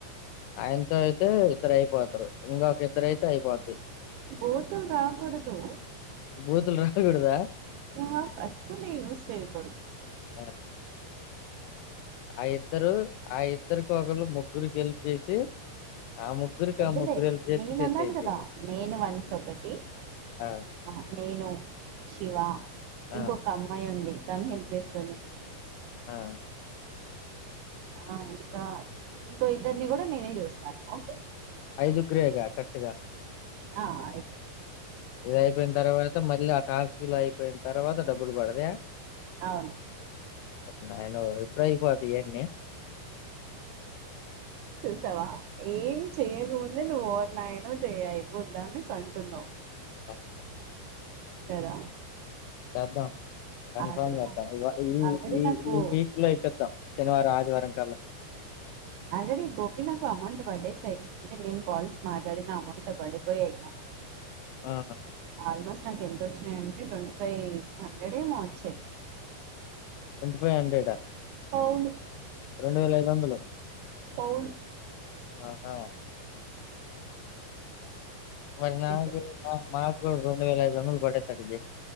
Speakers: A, on the left (about 85°); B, on the right (about 80°).
A: ఆయనతో అయితే ఇద్దరు అయిపోతరు ఇంకా. ఇద్దరయితే అయిపోద్ది
B: బూతులు రాకూడదు
A: బూతులు రాకూడదా.
B: ఆహ్ అస్సలే యూస్ చేయకూడదు.
A: ఆహ్. ఆ ఇద్దరు ఆ ఇద్దరికి ఒకళ్ళు ముగ్గురుకి హెల్ప్ చేసి. ఆ ముగ్గురికి
B: వద్దులే
A: ఆ ముగ్గురు హెల్ప్ చేస్తే
B: నేను
A: సెట్
B: అన్నాను
A: అయిద్ది.
B: కదా నేను వన్స్ ఒకటి.
A: ఆ!
B: ఆహ్ నేను శివ
A: ఆ!
B: ఇంకొక అమ్మాయి ఉంది. తానే హెల్ప్ చేస్తుంది నీకు
A: ఆహ్.
B: ఆహ్ ఇంకా ఇంకో ఇద్దరిని కూడా నేనే చూస్తాను ఓకే.
A: ఐదుగురేగా కరక్ట్గా.
B: ఆహ్ ఐదుగురే.
A: ఇది అయిపోయిన్ తర్వాత మళ్ళీ ఆ టాస్కులు అయిపోయిన్ తర్వాత డబ్బులు పడ్తయా
B: అవును
A: ఓరి నాయనో ఎప్పుడైపోతయి ఇయన్ని
B: చూసావా ఏం చేయకముందే నువ్వు ఓర్నాయనో చేయ అయిపోద్దా అనేస్ అంటున్నవ్
A: అ
B: కదా
A: చేద్దాం కన్ఫామ్
B: ఆల్రెడీ
A: చేద్దాం
B: నాకు
A: ఇగో ఈ
B: ఆల్రెడీ
A: ఈ
B: నాకు
A: ఈ వీక్లో చేసేద్దాం శనివారం ఆదివారం కల్ల
B: ఆల్రెడీ గోపి నాకు అమౌంట్ పడేసాయి అంటే నేను కాల్స్ మాట్లాడిన అమౌంట్ పడిపోయాయి నాకు
A: ఆ!
B: ఆల్మోస్ట్ నాకెంతొచ్చినయి యం టే ట్వంటీ ఫైవ్ హండ్రెడ్ ఏమో వచ్చాయి.
A: ట్వంటీ ఫైవ్ హండ్రెడ
B: పౌలు
A: రెండు వేల ఐదు వందలు
B: అవున్
A: ఆహా మరి నాకు
B: చేసాయి
A: మాక్కూడా రెండు వేల ఐదు వందల్ పడేతట్టు చెయ్